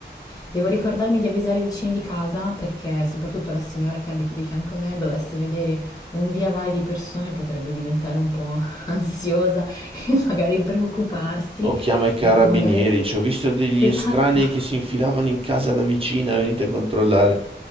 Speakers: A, on the left; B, on the right.
A: Devo ricordarmi di avvisare i vicini di casa perché soprattutto la signora che abita di fianco a me dovesse vedere un via vai di persone potrebbe diventare un po' <laughs> ansiosa e magari preoccuparsi.
B: O chiama i carabinieri,
A: Ecco, magari...
B: dice, ho visto degli
A: Esatto.
B: estranei che si infilavano in casa da vicina, venite a controllare.